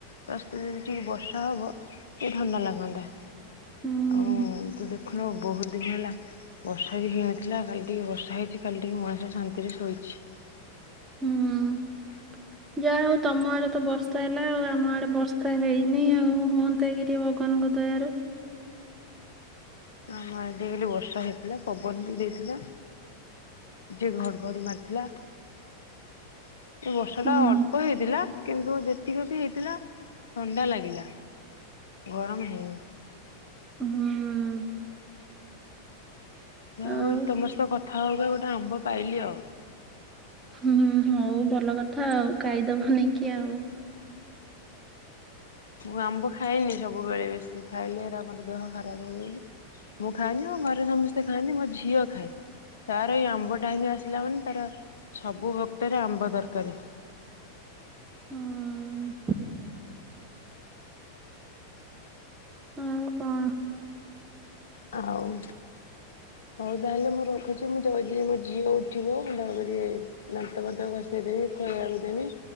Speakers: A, on the left; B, on the right.
A: ତାସ୍ତେ ଯଦି ଟିକେ ବର୍ଷା ହବ ଏ ଥଣ୍ଡା ଲାଗନ୍ତା।
B: ହୁଁ
A: ଆଉ ତୁ ଦେଖୁନୁ ବହୁତ ଦିନ ହେଲା। ବର୍ଷା ବି ହେଇନଥିଲା କାଲି ଟିକେ ବର୍ଷା ହେଇଛି କାଲି ଟିକେ ମଣିଷ ଶାନ୍ତିରେ ଶୋଇଛି। <inaudible>
B: ହୁଁ ଯାହା ହଉ ତମ ଆଡେ ତ ବର୍ଷା ହେଲା ଆଉ ଆମ ଆଡେ ବର୍ଷା ହେଇନି ଆଉ ହୁଅନ୍ତା କି ଟିକେ ଭଗବାନଙ୍କ ଦୟାରୁ।
A: ଆମ ଆଡ଼େ ଟିକେ ଟିକେ ବର୍ଷା ହେଇଥିଲା ପବନ ବି ଦେଇଥିଲା। ଜୋରେ ଘଡଘଡି ମାରିଥିଲା। ଏ ବର୍ଷା
B: ହୁଁ
A: ଟା ଅଳ୍ପ ହେଇଥିଲା କିନ୍ତୁ ଯେ ଏତିକି ବି ହେଇଥିଲା ଥଣ୍ଡା ଲାଗିଲା ଗରମ ହେଇନି।
B: ହୁଁ।
A: ଯାହା
B: ଆଉ
A: ହଉ ତମ ସହ କଥା ହେଇକି ଗୋଟେ ଆମ୍ବ ପାଇଲି ଆଉ।
B: ହୁଁ ହୁଁ ହଉ ଭଲ କଥା ଆଉ ଖାଇଦବ ବନେଇକି ଆଉ।
A: ମୁଁ ଆମ୍ବ ଖାଇନି ସବୁବେଳେ ବେଶୀ ଖାଇଲେ ଆମର ଦେହ ଖରାପ ହଉ ବୋଲି। ମୁଁ ଖାଏନି ଆଉ ଘରେ ସମସ୍ତେ ଖାଆନ୍ତି ମୋ ଝିଅ ଖାଏ। ତାର ଏଇ ଆମ୍ବ ଟାାଇମ ଆସିଲା ମାନେ ତାର ସବୁ ବକ୍ତରେ ଆମ୍ବ ଦରକାରେ।
B: ହୁଁ ଆଉ କଣ
A: ଆଉ ହଉ ତାହେଲେ ମୁଁ ରଖୁଛି ମୁଁ ଜଲ ଦିଏମୋ ଝିଅ ଉଠିବ ମୁଁ ତା ଟିକେ ଦାନ୍ତ ବାନ୍ତ ଘଷେଇଦେବି ଖୁଆଇବାକୁ ଦେମି